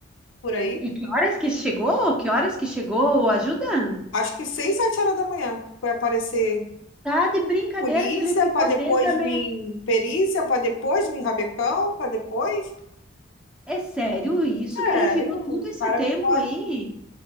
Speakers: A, on the left; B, in the centre.
A: por aí.
B: E que horas que chegou? Que horas que chegou? a Ajuda?
A: Acho que seis, sete horas da manhã foi aparecer
B: Tá de brincadeira
A: Polícia,
B: que ele ficou
A: para depois
B: desde a meia.
A: vir perícia, para depois vir rabecão, para depois.
B: É sério isso
A: Sério,
B: que ele ficou todo
A: o
B: esse
A: cara
B: tempo
A: ficou.
B: aí?